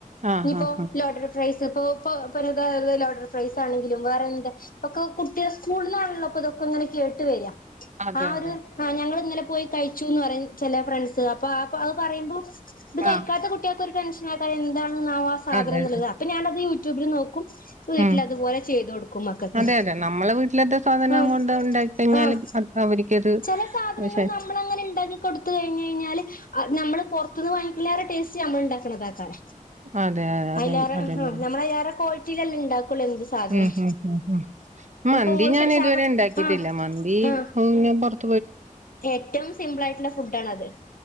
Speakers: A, on the right; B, on the left.
A: ആഹ്
B: ഞ്ഞിപ്പോ
A: ആഹ് ആഹ്
B: ലോടട് പ്രൈസ് ഇപ്പോ ഇ പത ലോർഡർ. പ്രൈസ് ആണെങ്കിലും വേറെന്ത ഇപ്പൊകുട്ട്യോ സ്കൂന്നാണല്ലോപ്പൊ. ഇതൊക്കെങ്ങനെ. കേട്ട് വെര
A: അതെ
B: ആരു.
A: അതെ
B: ആഹ് ഞങ്ങൾ ഇന്നലെ പോയി. കഴിച്ചുന്ന്. പറയു. ചെല ഫ്രണ്ട്സൊള്. പ്പ അപ്പൊ അത് പറയുമ്പോ. ഇത് കഴിക്കാത്ത
A: ആഹ്
B: കുട്ട്യോൾക്കൊരു. ടെൻഷൻ ആകാരം എന്താണ് ന്നാവം ആ സാധനള്ളത്
A: അതെ അതെ
B: അപ്പ ഞാനത്.. യൂട്യൂബിൽ നോക്കും വീട്ടിലതുപോലെ
A: ഉം
B: ചെയ്തൊടുക്കും. മക്കക്ക്.
A: അതെ അതെ നമ്മളെ വീട്ടിലത്തെ സാധനം
B: ആഹ്
A: കൊണ്ട് ഉണ്ടാക്കി കഴിഞ്ഞാലും
B: ആഹ്
A: അത് അവർക്കത്
B: ചെല സാധനങ്ങള്
A: പക്ഷെ
B: നമ്മ നമ്മളങ്ങനെ ഇണ്ടാക്കി കൊടുത്ത് കഴിഞ്ഞ് കഴിഞ്ഞാല് നമ്മള് പൊറത്ത്ന്ന് വാങ്ങിക്കിണിലേറെ ടേസ്റ്റ് ഞമ്മള്ണ്ടാക്ക്‌ണതാക്കാരം
A: അതെ അതെ
B: അയ്ലേറെ
A: അതെ അതന്നെയാണ്
B: ആഹ് നമ്മള് അയിലേറെ ക്വാളിറ്റിയിലല്ലേ ണ്ടാക്കൊള്ളൂ എന്ത് സാധനം
A: ഉം ഉം ഉം ഉം മന്തി
B: ഇപ്പൊ മോള്
A: ഞാൻ
B: ശ ശാവർ
A: ഇതുവരെ ഇണ്ടാക്കീട്ടില്ല.
B: ആ
A: മന്തീ
B: ആ
A: <unintelligible>
B: ഏറ്റവും സിംപിൾ ആയിട്ട്ള്ള ഫുഡാണത്